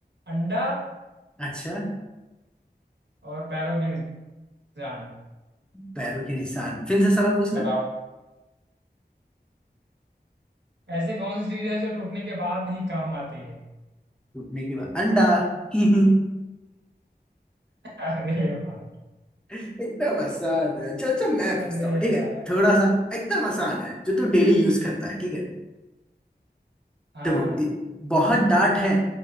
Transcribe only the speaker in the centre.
अच्छा
पैरों के निशान फिर से सवाल पूछना
टूटने के बाद अंडा <laughs>
एकदम आसान है चलो अच्छा मैं
पूछता हूँ ठीक
है थोड़ा सा एकदम आसान है जो तू डेली यूज करता है ठीक है
देखो इ- बहुत दांत है